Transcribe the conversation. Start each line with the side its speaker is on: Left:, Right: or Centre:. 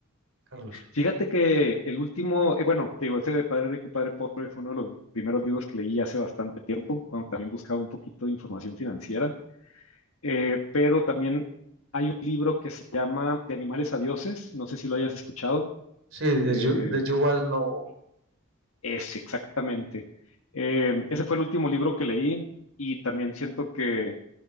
Right: Carlos?
Left: Fíjate que el último, eh, bueno, te digo, ese de Padre Rico, Padre Pobre fue uno de los primeros libros que leí hace bastante tiempo, cuando también buscaba un poquito de información financiera. Eh, pero también hay un libro que se llama De animales a dioses, no sé si lo hayas escuchado.
Right: Sí, de,
Left: Eh,
Right: Yu- de Yuval Noah
Left: es exactamente. Eh, ese fue el último libro que leí y también siento que,